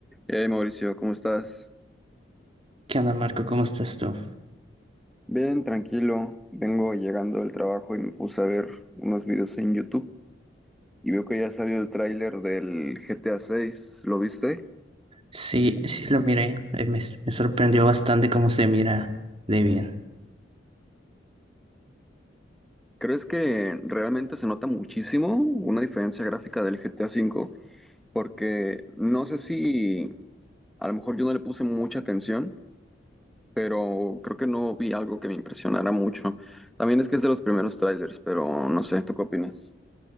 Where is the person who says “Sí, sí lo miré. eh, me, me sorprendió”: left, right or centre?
Right